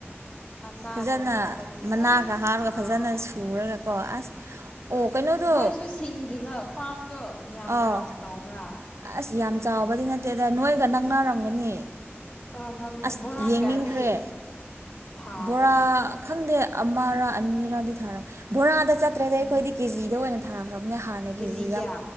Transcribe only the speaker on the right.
ꯐꯖꯅ
ꯃꯅꯥꯒ
ꯍꯥꯞꯔꯒ ꯐꯖꯅ ꯁꯨꯔꯒꯀꯣ ꯑꯁ ꯑꯣ ꯀꯩꯅꯣꯗꯣ
ꯑꯥꯎ
ꯑꯁ ꯌꯥꯝ ꯆꯥꯎꯕꯗꯤ ꯅꯠꯇꯦ ꯑꯗ ꯅꯣꯏꯒ ꯅꯛꯅꯔꯝꯒꯅꯤ
ꯑꯁ
ꯌꯦꯡꯅꯤꯡꯈ꯭ꯔꯦ
ꯕꯣꯔꯥ ꯈꯪꯗꯦ ꯑꯃꯔ ꯑꯅꯤꯔꯗꯤ ꯊꯥꯔ ꯕꯣꯔꯥꯗ ꯆꯠꯇ꯭ꯔꯦꯗꯤ
ꯑꯩꯈꯣꯏꯗꯤ ꯀꯦꯖꯤꯗ ꯑꯣꯏꯅ ꯀꯝꯅ ꯍꯥꯟꯅꯒꯤꯁꯤ